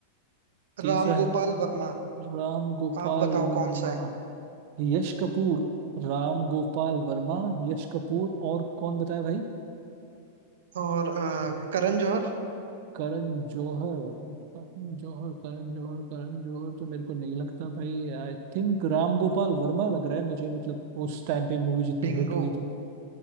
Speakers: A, on the right (about 40°); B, on the right (about 80°).
A: तीसरा
B: राम
A: है
B: गोपाल वर्मा
A: राम गोपाल
B: आप बताओ
A: वर्मा
B: कौन सा है
A: यश कपूर राम गोपाल वर्मा यश कपूर और कौन बताया भाई
B: और अ, करण जौहर
A: करण जौहर करण जौहर करण जौहर करण जौहर तो मेरे को नहीं लगता भाई आई थिंक राम गोपाल वर्मा लग रहा है मुझे मतलब उस टाइम पे मूवी जितनी
B: बिंगो
A: हिट हुई थी